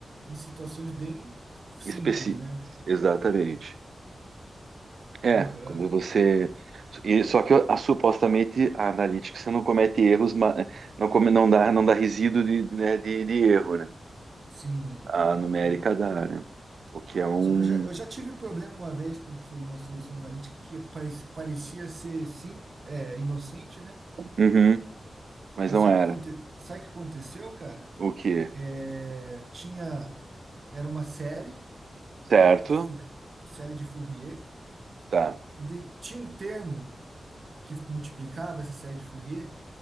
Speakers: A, on the right; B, on the right.
A: em situações bem simples,
B: especi,
A: né?
B: exatamente. É,
A: Aham.
B: quando você, e só que a, supostamente a analítica você não comete erros, ma- não come, não dá, não dá resíduo de, né, de, de erro, né?
A: Sim,
B: A
A: aham.
B: numérica dá, né? O que é um
A: Só que eu já, eu já tive problema uma vez com solu- uma solução analítica que pare- parecia ser simples, é, inocente, né?
B: Uhum. Mas
A: Mas
B: não
A: sabe
B: era.
A: o que, aconte- sabe o que aconteceu, cara?
B: O quê?
A: É, tinha, era uma série
B: Certo?
A: de, Four- série de Fourier
B: Tá,
A: e de- tinha um termo que multiplicava essa série de Fourier